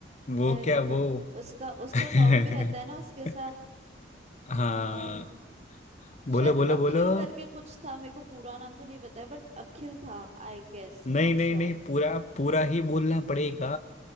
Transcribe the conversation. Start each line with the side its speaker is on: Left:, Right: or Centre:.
Left: वो
Right: अरे
Left: क्या
Right: रुको
Left: वो
Right: उसका उसका
Left: <laughs>
Right: डॉग भी रहता है ना उसके साथ
Left: हाँ
Right: आ,
Left: बोलो
Right: शायद
Left: बोलो
Right: अखिल
Left: बोलो
Right: करके कुछ था मेरे को पूरा नाम तो नहीं पता है बट अखिल था I guess
Left: नहीं
Right: not
Left: नहीं
Right: sure
Left: नहीं पूरा पूरा ही बोलना पड़ेगा